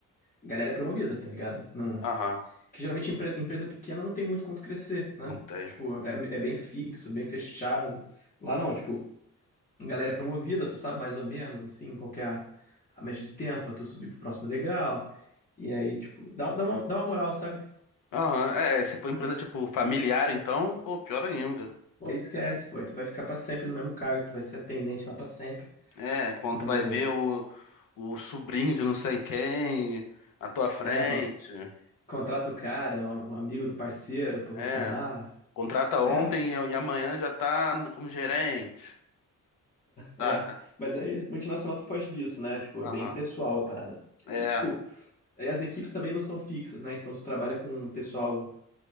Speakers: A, on the left; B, on the left.
A: galera é promovida, tá ligado? Não...
B: Aham,
A: Que geralmente empre- empresa pequena não tem muito quanto crescer, né?
B: não tem.
A: Tipo, é, é bem fixo, bem fechado. Lá não, tipo, galera é promovida, tu sabe mais ou menos, assim, qual que é a, a média de tempo pra tu subir pro próximo degrau. E aí, tipo, dá, dá uma, dá uma moral, sabe?
B: Aham, é, se for empresa
A: E,
B: tipo familiar, então, pô, pior ainda.
A: pô, aí esquece, pô, aí tu vai ficar pra sempre no mesmo cargo, tu vai ser atendente lá pra sempre.
B: É, enquanto
A: Desenvolver.
B: vai ver o, o sobrinho de não sei quem na tua frente.
A: É, con- contrata o cara, é um um amigo do parceiro pra botar
B: É,
A: lá.
B: contrata
A: É,
B: ontem e e amanhã já tá como gerente, saca?
A: é. Mas aí, multinacional tu foge disso, né? Tipo,
B: Aham,
A: é bem pessoal a parada. E,
B: é.
A: tipo, aí as equipes também não são fixas, né? Então tu trabalha com um pessoal